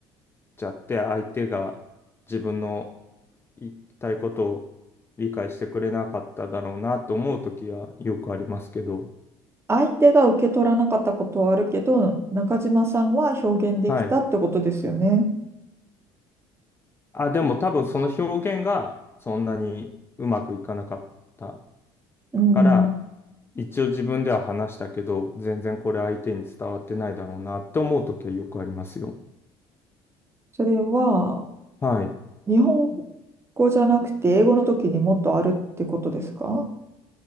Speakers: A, on the left; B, on the right.
A: ちゃって相手が自分の言いたいことを理解してくれなかっただろうなと思う時はよくありますけど、
B: 相手が受け取らなかったことはあるけど、中島さんは表現できたってことですよね。
A: はい。あ、でも多分その表現がそんなにうまくいかなかった
B: うん。
A: から、一応自分では話したけど、全然これ相手に伝わってないだろうなって思う時はよくありますよ。
B: それは、
A: はい。
B: 日本語じゃなくて英語の時にもっとあるってことですか